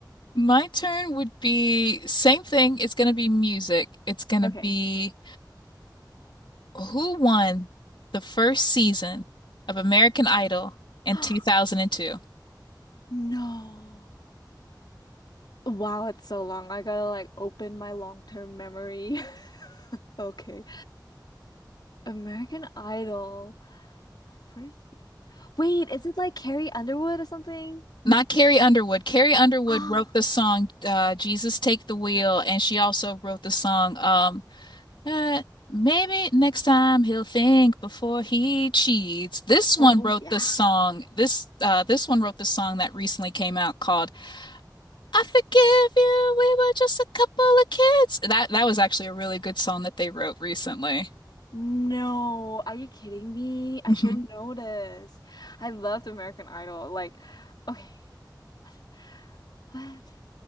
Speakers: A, on the left; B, on the left.
A: My turn would be same thing. It's gonna be music. It's gonna
B: Okay.
A: be who won the first season of American Idol in
B: <gasps>
A: 2002?
B: No. Wow, it's so long. I gotta like open my long-term memory. <laughs> Okay. American Idol. Person. Wait, is it like Carrie Underwood or something? <gasps>
A: Not Carrie Underwood. Carrie Underwood
B: Ah,
A: wrote the song uh, Jesus Take the Wheel, and she also wrote the song um, uh, Maybe Next Time He'll Think Before He Cheats. This one
B: oh
A: wrote
B: yeah.
A: the song. This uh, this one wrote the song that recently came out called I Forgive You. We were just a couple of kids. That that was actually a really good song that they wrote recently.
B: No, are you kidding me? I
A: hmm
B: should know this. I loved American Idol. Like, okay, what? What?